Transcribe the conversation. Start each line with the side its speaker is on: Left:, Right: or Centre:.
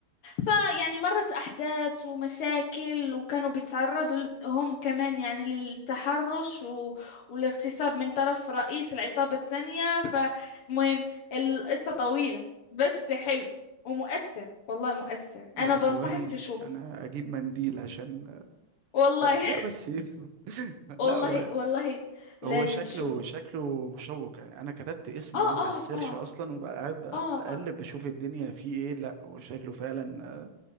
Left: فيعني
Right: آه.
Left: مرت أحداث ومشاكل وكانوا بيتعرضوا ل- هم كمان يعني للتحرش و... والاغتصاب من طرف رئيس العصابة الثانية فمهم القصة طويلة بس حلو ومؤثر والله مؤثر
Right: لا
Left: أنا
Right: ثواني
Left: بنصحك تشوفه
Right: انا اجيب منديل عشان
Left: والله
Right: لا بس <laughs>
Left: <laughs>
Right: لا
Left: والله
Right: هو
Left: والله لازم
Right: هو شكله
Left: تشوفه
Right: شكله مشوق يعني انا كتبت اسمه
Left: آه
Right: عندي على
Left: آه
Right: السيرش
Left: آه
Right: اصلا وبقى قاعد ب-
Left: آه
Right: بقلب بشوف الدنيا فيه ايه لا هو شكله فعلا آه،